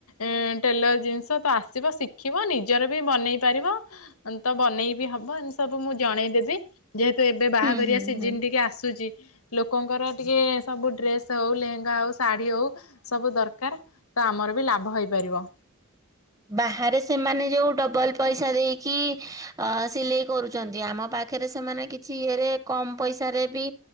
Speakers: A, on the left (about 80°); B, on the right (about 15°).
A: ଏଁ ଟେଲର୍ ଜିନିଷ ତ ଆସିବ ଶିଖିବ ନିଜର ବି ବନେଇ ପାରିବ। ତବନେଇବି ହବ ଏମିତି ସବୁ ମୁଁ ଜଣେଇଦେବି। ଯେହେତୁ ଏବେ ବାହା
B: ହୁଁ
A: ଘରିଆ
B: ହୁଁ
A: ସିଜିିନ୍
B: ହୁଁ
A: ଟିକେ ଆସୁଚି ଲୋକଙ୍କର ଟିକେ ସବୁ ଡ୍ରେସ ହଉ ଲେହେଙ୍ଗା ହଉ ଶାଢ଼ୀ ହଉ ସବୁ ଦର୍ କାର୍ ତଆମରବି ଲାଭ ହେଇପାରିବ।
B: ବାହାରେ ସେମାନେ ଯୋଉ ଡବଲ ପଇସା ଦେଇକି ଅ ସିଲେଇ କରୁଚନ୍ତି, ଆମ ପାଖରେ ସେମାନେ କିଛି ଇଏରେ କମ୍ ପଇସାରେବି